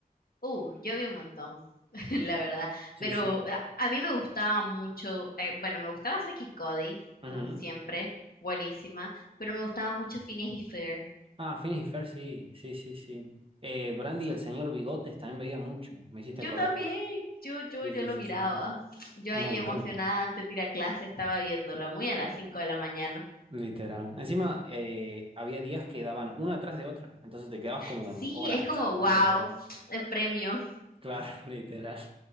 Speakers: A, on the left (about 70°); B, on the right (about 35°).
A: Uh, yo vi un montón, <laughs> la verdad.
B: Sí,
A: Pero
B: sí.
A: a, a mí me gustaba mucho, eh, bueno, me gustaba Saki Cody,
B: Ujú.
A: uh, siempre, buenísima, pero me gustaba mucho Phineas y Fer
B: Ah, Phineas y Fer sí, sí, sí, sí. Eh, Brandy y el señor Bigotes también veía mucho, me hiciste
A: Yo
B: acordar.
A: también, yo, yo,
B: Sí,
A: yo
B: sí,
A: lo
B: sí,
A: miraba.
B: sí.
A: Yo
B: Un
A: ahí
B: montón.
A: emocionada antes de ir a clase estaba viéndolo, muy a las 5 de la mañana.
B: Literal. Encima, eh, había días que daban una atrás de otra, entonces te quedabas como
A: Sí,
B: horas
A: es como, wow,
B: frente al TV.
A: el premio.
B: Claro, <laughs> literal.